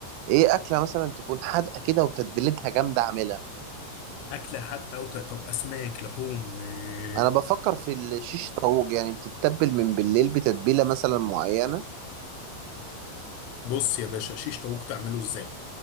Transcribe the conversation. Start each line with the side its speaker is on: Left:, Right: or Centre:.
Right: ايه اكله مثلا تكون حادقه كده وتتبيلتها جامده اعملها
Left: اكله حادقه وط- طب اسماك لحوم آه.
Right: انا بفكر في الشيش طاووق يعني بتتبل من بالليل بتتبيله مثلا معينه
Left: بص يا باشا شيش طاووق تعمله ازاي